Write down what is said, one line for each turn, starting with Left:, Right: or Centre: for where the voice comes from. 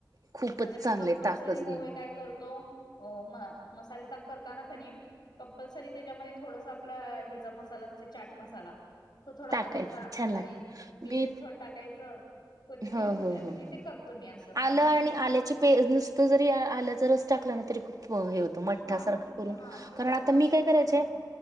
Right: खूपच
Left: आता मी
Right: चांगले
Left: कंपल्सरी
Right: ताकच घेण
Left: होय काय करतो म मसाले ताक करताना कनी कंपलसरी त्याच्यामध्ये थोडसं आपला ह्याचा मसाला चाट मसाला तो थोडा
Right: टाकायचं
Left: घालायचा
Right: छान लागत
Left: आणि मीठही
Right: मी
Left: थोड टाकायचं. कोथिंबीरी
Right: हो
Left: छोट्या
Right: हो
Left: म्हणजे
Right: हो हो
Left: ते करतो मी. असं
Right: आलं
Left: म्हणजे
Right: आणि
Left: मी
Right: आल्याचे पेज नुसत जरी आल्याचा रस टाकला ना तरी खूप हो हे होत मठ्ठासारखं
Left: हा मी
Right: करून
Left: हा
Right: कारण
Left: कंपल्स
Right: आता मी काय
Left: हा
Right: करायचे